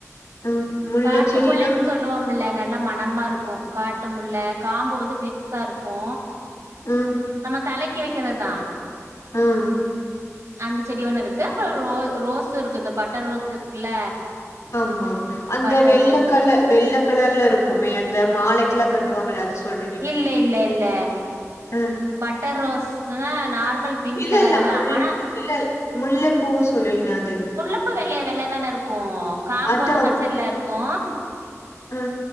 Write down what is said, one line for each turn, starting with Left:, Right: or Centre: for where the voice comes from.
Left: ம் முல்ல
Right: காட்டு
Left: செடினா
Right: முல்லைன் சொல்லுவோ முல்ல நல்ல மணமாருக்கு காட்டுமுல்ல காம்பு வந்து பெருசா இருக்கு
Left: ம்
Right: நம்ம தலைக்கி வெக்கிறதுதா
Left: ம்
Right: அந்த செடி ஒன்னு இருக்கு அப்பற ரோ ரோஸு இருக்கு இந்த பட்டர் ரோஸ் இருக்குல்ல
Left: ஆமா அந்த
Right: பட்டர்
Left: வெள்ளக்கலர்
Right: ரோஸ்
Left: வெள்ள கலர்ல இருக்குமே அந்த மாலைக்குலா கட்டுவாங்களே அது சொல்
Right: இல்ல இல்ல இல்ல
Left: ம்
Right: பட்டர் ரோஸ்னா நார்மல் பிங்க்
Left: இல்ல
Right: கலருதா
Left: இல்ல முல்
Right: ஆனா
Left: இல்ல முல்லை பூ சொல்லுவீங்ள அது
Right: ரொம்ப வெள்ளையா வெள்ளையா தான இருக்கு காம்பு
Left: அதா
Right: வந்து பச்சல்ல இருக்கு
Left: ம்